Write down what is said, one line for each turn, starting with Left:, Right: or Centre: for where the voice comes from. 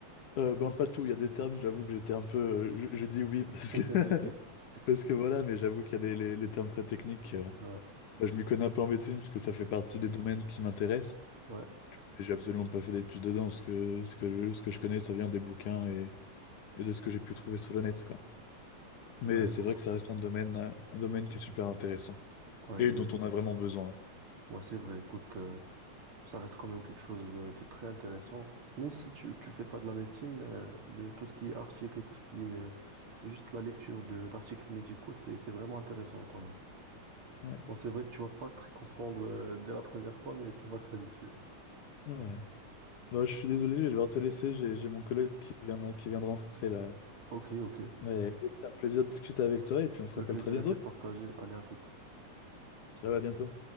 Left: euh, ben pas tout. Il y a des termes, j'avoue que j'étais un peu. euh, Je, je dis oui
Right: <laughs>
Left: parce que, <laughs> parce que voilà, mais j'avoue qu'il y a des, les, les termes très techniques. euh,
Right: Ouais,
Left: ben, je m'y connais un peu en médecine parce que ça fait partie des domaines qui m'intéressent.
Right: ouais.
Left: Et J'ai absolument pas fait d'études dedans. Ce que, ce que, ce que je connais, ça vient des bouquins et, et de ce que j'ai pu trouver sur le net, quoi. Mais
Right: Bah, écou-
Left: c'est vrai que ça reste un domaine, euh, un domaine qui est super intéressant.
Right: ouais, euh,
Left: et dont on a vraiment besoin.
Right: ouais, c'est vrai, écoute. euh, Ça reste quand même quelque chose euh, de très intéressant. Même si tu tu fais pas de la médecine, euh, les- tout ce qui est article et tout ce qui est euh, juste la lecture de d'articles médicaux, c'est c'est vraiment intéressant quand même.
Left: Ouais,
Right: Bon, c'est vrai que tu vas pas très comprendre euh, dès la première fois, mais tu vas t'habituer.
Left: ouais. Bon, je suis désolé, je vais devoir te laisser. J'ai j'ai mon collègue qui vient, qui vient de rentrer là.
Right: Ok, ok.
Left: Mais c'était un plaisir de discuter avec toi et puis on se
Right: Le
Left: rappelle
Right: plaisir
Left: très bientôt.
Right: était partagé. Allez, à toute.
Left: Ciao, à bientôt.